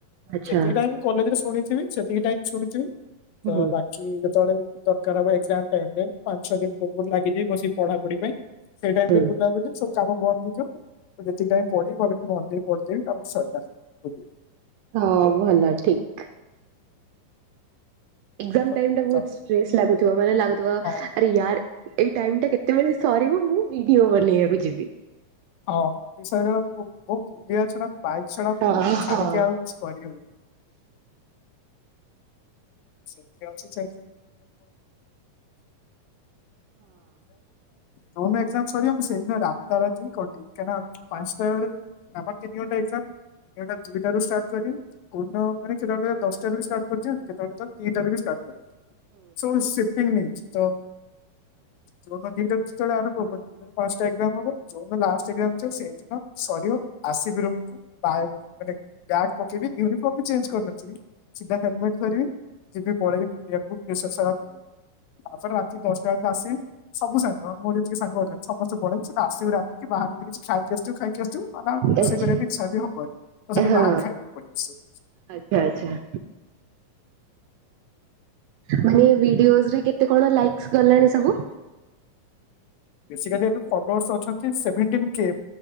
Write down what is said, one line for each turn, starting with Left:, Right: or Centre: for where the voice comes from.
Right: ଆଚ୍ଛା
Left: ଯେତିକି ଟାଇମ୍ କଲେଜରେ ଶୁଣିଥିବି ସେତିକି ଟାଇମ୍ ଶୁଣିଥିବି
Right: ହୁଁ
Left: ତ ବାକି ଯେତେବେଳେ ଦରକାର ହବ ଏଗଜାମ୍ ଟାଇମ୍ ରେ ପାଞ୍ଚ ଛଅ ଦିନ ପୂର୍ବରୁ ଲାଗିଯିବ ବସି ପଢାପଢି ପାଇଁ। ସେଇ ଟାଇମ୍
Right: ହୁଁ
Left: ରେ ବୁଲାବୁଲି ସବୁ କାମ ବନ୍ଦ ହେଇଯିବ ତ ଯେତିକି ଟାଇମ୍ ପଢିବି ଭଲକିରି ମନ ଦେଇକି ପଢଦେବି ତାପରେ ସଇଲା ବୁଲିବି।
Right: ହଁ ଭଲ ଠିକ୍। ଏଗ୍ଜାମ୍
Left: ତ
Right: ଟାଇମ୍ ଟା
Left: ଯେତେବେଳେ
Right: ବହୁତ୍ ଷ୍ଟ୍ରେସ ଲାଗୁଥିବ ମାନେ ଲାଗୁଥିବ
Left: ହଁ।
Right: ଆରେ ୟାର ଏଇ ଟାଇମ୍ ଟା କେତେବେଳେ ସରିବ ମୁଁ ଭିଡ଼ିଓ ବନେଇବାକୁ ଯିବି।
Left: ହଁ ବିଶ୍ବସ କର ମୁଁ ବୁଲିବା ଛଡା ମୁଁ ବାଇକ୍ ଛଡା
Right: ହଁ
Left: ମୁଁ ଛାଡିକି
Right: ହଁ।
Left: ଆଉ କିଛି କରିହଉନି। <unintelligible> କାହିଁ ନା ଯୋଉ ଦିନ ଏଗ୍ଜାମ୍ ସରିବ ମୁଁ ସେଇ ଦିନ ରାତା ରାତି କଟିବି କାହିଁକି ନା ପାଞ୍ଚଟା ବେଳୁ ଆମର ତିନି ଘଣ୍ଟା ଏଗ୍ଜାମ୍ ଏଇଟା ଦୁଇଟା ରୁ ଷ୍ଟାର୍ଟ କରି କୋଉ ଦିନ କେତେବେଳେ ଦଶଟାରୁ ବି ଷ୍ଟାର୍ଟ କରିନ୍ତି କେତେବେଳେ ତ ଦିଟା ରୁ ବି ଷ୍ଟାର୍ଟ କରନ୍ତି ଶୋ ସେ ଦିନି ତ ଯୋଉ ଦିନ ଦିଟା ଯେତେବେଳେ ଆରମ୍ଭ ହବ ପାଞ୍ଚଟା ଏକ୍ସାମ ହବ ଯୋଉଦିନ ଲାଷ୍ଟ ଏଗ୍ଜାମ୍ ଥିବ ସେଇଦିନ ସରିବ ଆସିବି ରୁମ୍ କୁ ତାପରେ ବ୍ୟାଗ୍ ପକେଇବି ୟୁନିଫର୍ମ ବି ଚେଞ୍ଜ କରିନଥିବି ସିଧା ହେଲମେଟ୍ ଧରିବି ଯିବି ପଳେଇବି <unintelligible> ରାତି ଦଶଟା ବେଳକୁ ଆସିବି ସବୁ ସାଙ୍ଗ ମୋର ଯେତିକି ସାଙ୍ଗ ଅଛନ୍ତି। ସମସ୍ତେ ପଳେଇଚୁ ତେ ଆସିବୁ ରାତିକି ବାହାରୁ ଯଦି କିଛି ଖାଇକି ଆସିଥିବୁ ଖାଇକି ଆସିଥିବୁ ତ ତାଙ୍କ ରୋଷେଇ
Right: ଆଚ୍ଛା
Left: କରିବାକୁ ଇଚ୍ଛା ବି ହବନି ତ ସେଠୁ
Right: ହଁ
Left: ବାହାରେ ଖାଇଦେଇକି ପଳେଇ ଆସିବୁ।
Right: ଆଚ୍ଛା ଆଚ୍ଛା। ମାନେ ଭିଡିଓଜରେ କେତେ କଣ ଲାଇକ୍ସ ଗଲାଣି ସବୁ?
Left: ବେଶିକାଲି ଏବେ ଫୋଲୋର୍ସ ଅଛନ୍ତି ସେଭେଣ୍ଟିନ୍ କେ